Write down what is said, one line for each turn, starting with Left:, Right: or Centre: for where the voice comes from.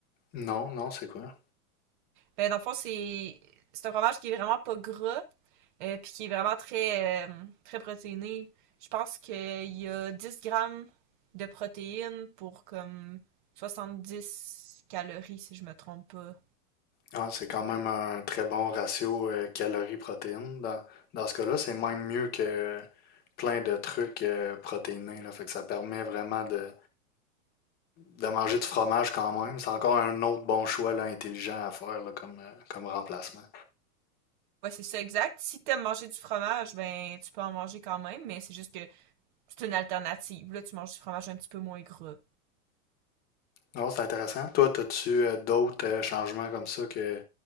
Left: Non, non, c'est quoi?
Right: Ben, dans le fond, c'est c'est un fromage qui est vraiment pas gras euh, puis qui est vraiment très, euh, très protéiné. Je pense qu'il y a 10 grammes de protéines pour comme 70 calories, si je me trompe pas.
Left: Ah, c'est quand même un très bon ratio euh, calories-protéines. Dans, dans ce cas-là, c'est même mieux que plein de trucs euh, protéinés, là. Fait que ça permet vraiment de, de manger du fromage quand même. C'est encore un autre bon choix là, intelligent à faire là, comme, euh, comme remplacement.
Right: Ouais, c'est ça exact. Si t'aimes manger du fromage, ben tu peux en manger quand même, mais c'est juste que c'est une alternative. Là, tu manges du fromage un petit peu moins gras.
Left: Non, c'est intéressant. Toi, as-tu euh, d'autres euh, changements comme ça que